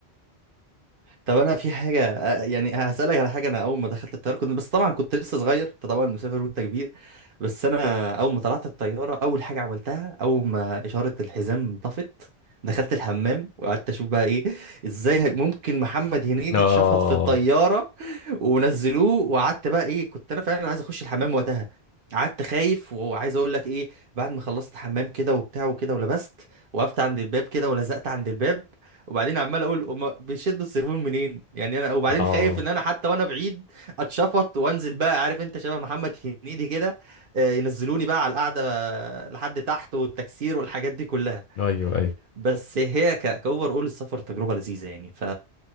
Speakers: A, on the right (about 55°); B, on the left (about 60°).
A: طب انا في حاجه آه، يعني هسالك على حاجه انا اول ما دخلت الطياره كنت بس طبعا كنت لسه صغير انت طبعا مسافر وانت كبير بس انا اول ما طلعت الطياره اول حاجه عملتها اول ما اشاره الحزام طفت دخلت الحمام وقعدت اشوف بقى ايه ازاي هي- ممكن محمد هنيدي
B: اه
A: اتشفط في الطياره ونزلوه وقعدت بقى ايه كنت انا فعلا عايز اخش الحمام وقتها قعدت خايف وعايز اقول لك ايه بعد ما خلصت حمام كده وبتاع وكده ولبست وقفت عند الباب كده ولزقت عند الباب وبعدين عمال اقول هما بيشدوا السيفون منين يعني انا وبعدين
B: اه
A: خايف ان انا حتى وانا بعيد اتشفط وانزل بقى عارف انت شبه محمد هنيدي كده آه، ينزلوني بقى على القعده لحد تحت والتكسير والحاجات دي كلها
B: ايوه ايوه
A: بس هي ك... كاوفر اول السفر تجربه لذيذه يعني ف